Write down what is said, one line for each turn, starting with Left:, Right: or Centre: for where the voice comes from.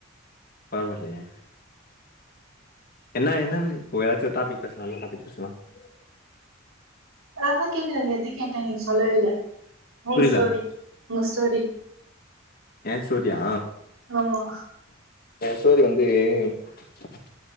Left: பரவாலயே என்ன என்ன எதாச்சும் ஒரு டாப்பிக் பேசலாம் என்ன டாப்பிக் பேசலாம் ழ்ஜ்ோ
Right: அததான் கேட்டேன் எத கேட்டேன் நீங்க சொல்லவே இல்ல உங்க
Left: புரியல
Right: ஸ்டோரி உங்க ஸ்டோரி
Left: ஏன் சூர்யா
Right: ஆமா
Left: சூரி வந்து வந்து